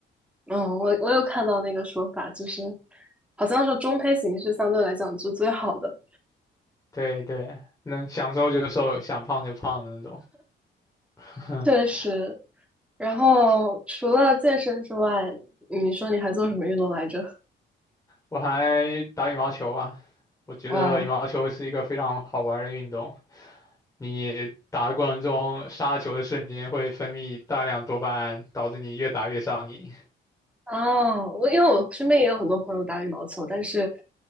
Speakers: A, in the centre; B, on the left.
A: 嗯，我我有看到那个说法，就是好像是中胚型是相对来讲是最好的，
B: 对对，能想瘦就瘦，想胖就胖的那种。<laughs>
A: 确实。然后除了健身之外，你说你还做什么运动来着？
B: 我还打羽毛球啊，我觉得羽毛球是一个非常好玩儿的运动。
A: 哇哦，
B: 你打的过程中，杀球的瞬间会分泌大量多巴胺，导致你越打越上瘾。
A: <laughs> 哦，我因为我身边也有很多朋友打羽毛球，但是